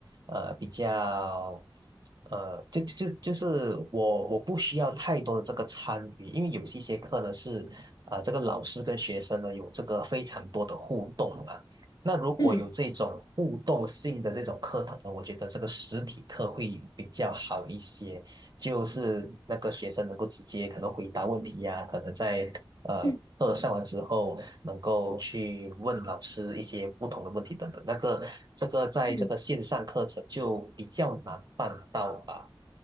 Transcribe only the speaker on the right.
呃比较呃就就就就是我我不需要太多的这个参与，因为有一些课呢是啊、呃这个老师跟学生呢有这个非常多的互动啊。那如果有这种互动性的这种课堂呢，
我觉得这个实体课会比较好一些。就是那个学生能够直接可能回答问题呀、可能在呃课上完之后能够去问老师一些不同的问题等等。
那个这个在这个线上课程就比较难办到吧。